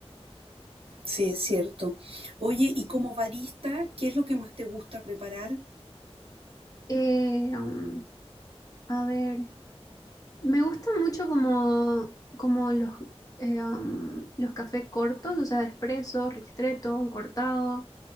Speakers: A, on the right; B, on the left.
A: Sí, es cierto. Oye, y como barista, ¿qué es lo que más te gusta preparar?
B: Eh, um, a ver, me gustan mucho como, como los, eh, um, los cafés cortos, o sea, expresos, ristretto, un cortado.